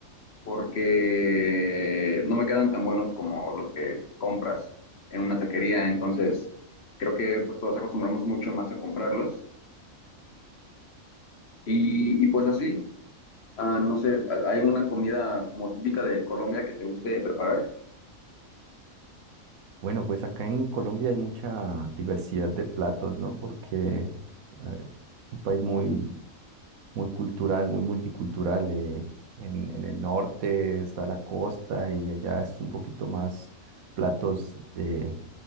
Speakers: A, on the left; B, on the right.
A: porque no me quedan tan buenos como los que compras en una taquería, entonces creo que pues todos acostumbramos mucho más a comprarlos. Y, y, pues así, ah, no sé, ¿hay alguna comida como típica de Colombia que te guste preparar?
B: Bueno, pues acá en Colombia hay mucha diversidad de platos, ¿no? Porque eh, un país muy muy cultural, muy multicultural. eh, En, en el norte está la costa y allá es un poquito más platos eh,